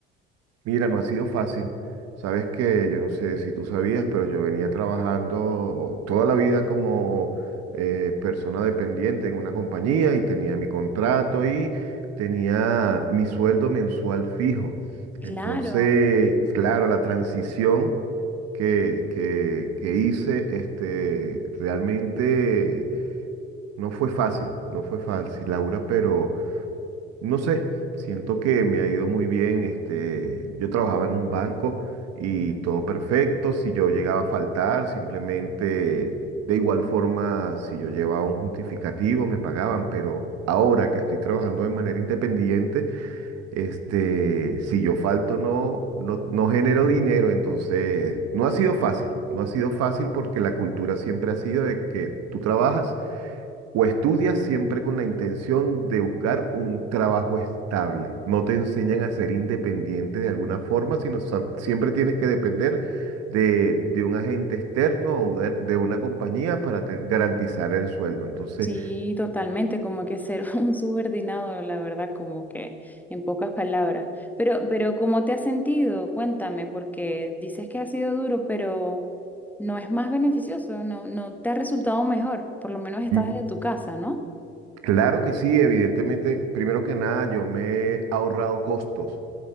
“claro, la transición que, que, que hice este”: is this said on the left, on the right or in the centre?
Right